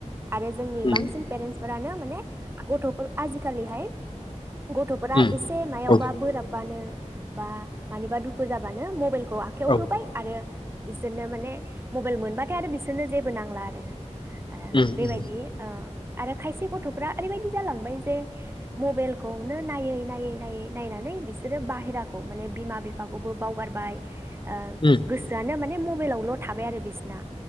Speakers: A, on the right; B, on the left.
A: आरो जोंनि बांसिन
B: उम
A: पेरेन्टस फोरानो माने गथ'फोर आजिकालिहाय गथ'फोरा
B: उम
A: एसे मायावबा
B: औ
A: बोराब बानो बा मनिबा दुखु होजाबानो मबाइल खौ आखाइायाव
B: औ
A: होबाय आरो बिसोरनो माने मबाइल मोनबाथाय आरो बिसोरनो जेबो नांला आरो। आ
B: उम
A: बेबायदि
B: उम
A: ओ आरो खायसे गथ'फ्रा ओरैबायदि जालांबाय जे मबाइलखौनो नायै नायै नायै नायनानै बिसोरो बाहेराखौ माने बिमा बि बिफाखौबो बावगारबाय। ओ
B: उम
A: गोसोआनो माने माने मबाइलावल' थाबाय आरो बिसिना